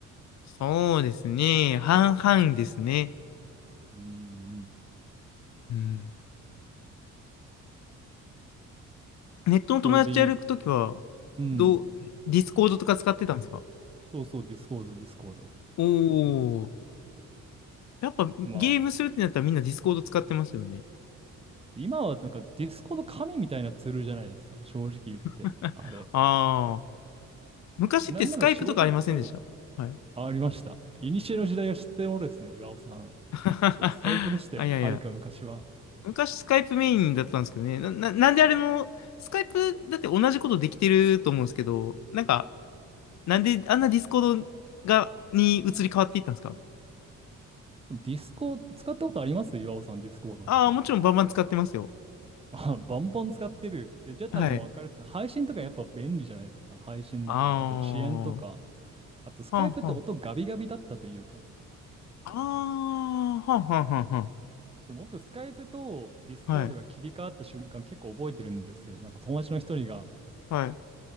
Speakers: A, on the left; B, on the right.
A: そうですね。半々ですね。
B: うんうん。
A: うん。ネットの友達とやるときは、
B: それで言う、うん、
A: どう、ディスコードとか使ってたんですか
B: そうそう、ディスコード、ディスコード。
A: おおー。やっぱゲームするってなったらみんなディスコード使ってますよね。
B: まあ、今はなんかディスコード神みたいなツールじゃないですか、正直言って。
A: <laughs>
B: あれ。
A: ああ。昔ってスカイプとかありませんでしたはい。
B: なんなら仕事、そう、ありました。いにしえの時代を知ってるものですね、岩尾さん。
A: <laughs>
B: そう、スカイプでしたよ、
A: あ、いやいや。
B: はるか昔は。
A: 昔スカイプメインだったんですけどね。な、な、なんであれも、スカイプだって同じことできてると思うんですけど、なんか、なんであんなディスコードが、に移り変わっていったんですか
B: ディスコ、使ったことあります岩尾さん、ディスコードって。
A: ああー、もちろんバンバン使ってますよ。
B: <laughs> あ、バンバン使ってる。えじゃあ多分もうるって。
A: はい。
B: 配信とかやっぱ便利じゃないですか。配信だったり、
A: ああ。
B: あと遅延とか。
A: は
B: あとスカイプって音ガビガビだったというか。
A: あはあはああ、はんはんはんはん。
B: 僕、スカイプとディスコードが切り替わった瞬間結構覚えてるんですけど、
A: はい、
B: なんか友達の一人が、
A: はい。